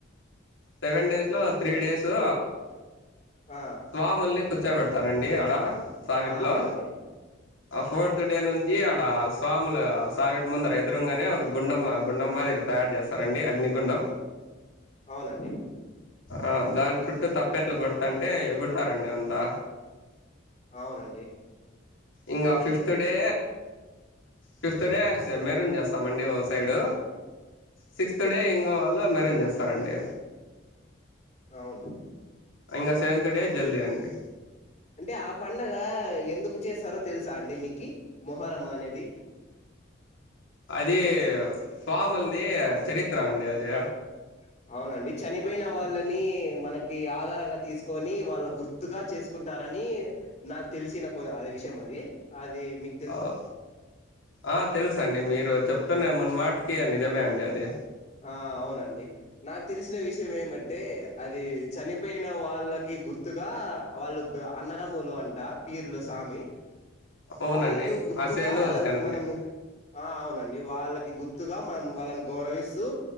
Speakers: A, on the left; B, on the left.
A: సెవెన్ డేస్లో త్రీ డేసు
B: ఆ
A: స్వాముల్ని కూర్చోబెడతారండి అడ సావిట్లో
B: ఆ అవునండి
A: ఆ ఫోర్త్ డే నుంచి ఆడ స్వాములు సావిటి ముందర ఎదురుంగానే ఒక గుండమ్ గుండమ్ మాదిరు తయారు చేస్తారండి అగ్నిగుండం
B: అవునండి
A: ఆ దాని చుట్టూ తప్పెట్లు కొడుతాంటే ఎగుడతారండి అంతా
B: ఆవునండి
A: ఇంగా ఫిఫ్త్ డే ఫిఫ్త్ డే స్ మెరూన్ చేస్తాంమండి ఓ సైడు సిక్స్త్ డే ఇంకో వాళ్ళు మెరూన్ చేస్తారండి
B: అవునండి
A: ఇంగ సెవెంత్ డే జల్దీ అండి
B: అంటే ఆ పండగ ఎందుకు చేస్తారో తెలుసా అండి మీకి మొహరము అనేది
A: అది
B: అది
A: స్వాములు ది
B: స్వాముల్ది
A: చరిత్ర అండి అది
B: చరిత్ర అవునండి చనిపోయిన వాళ్ళని మనకి ఆధారంగా తీసుకొని వాళ్ళ గుర్ తుగా చేసుకుంటారని నాకు తెలిసిన కొద అదే విషయం అది అది మీ
A: ఔ ఆ తెలుసండి మీరు చెప్తున్న మున్మాటికి నిజమే అండి అది
B: ఆ అవునండి నాకు తెలిసిన విషయం ఏమంటే అది చనిపోయిన వాళ్ళకి గుర్తుగా వాళ్ళు బ్ అన్నదమ్ములు అంట పీర్లు సామి
A: అవునండి
B: వాళ్ళు గుర్తుగా
A: హసేను హుసేన్ అండి
B: మనము ఆ అవునండి వాళ్ళకి గుర్తుగా మనం వాళ్ళని గౌరవిస్ తూ